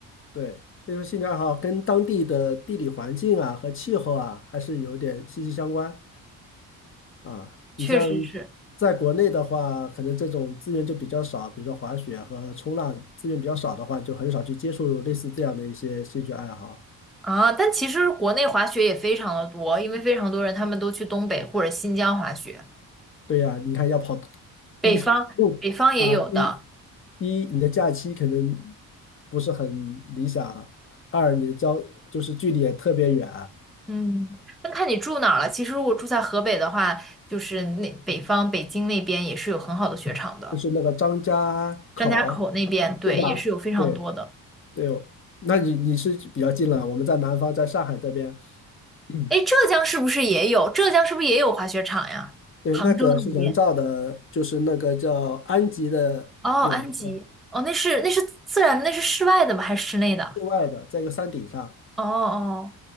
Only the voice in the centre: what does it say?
确实是
啊，但其实国内滑雪也非常的多，因为非常多人他们都去东北或者新疆滑雪，
北方北方也有的。
嗯，那看你住哪儿了。其实如果住在河北的话，就是那北方北京那边也是有很好的雪场的，
张家口那边对也是有非常多的。
哎，浙江是不是也有？浙江是不是也有滑雪场呀？
杭州那边。
哦，
安吉。哦，那是那是自然的那是室外的吗？还是室内的？
哦哦